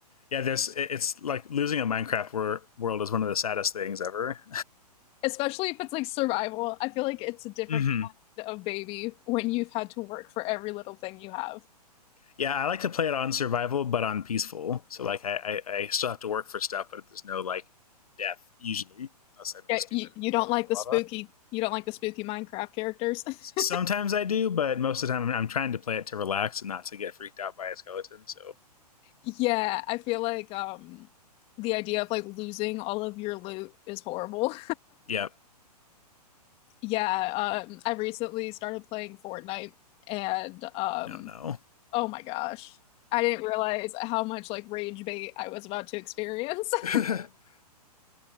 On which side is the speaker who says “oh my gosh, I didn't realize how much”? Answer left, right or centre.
Left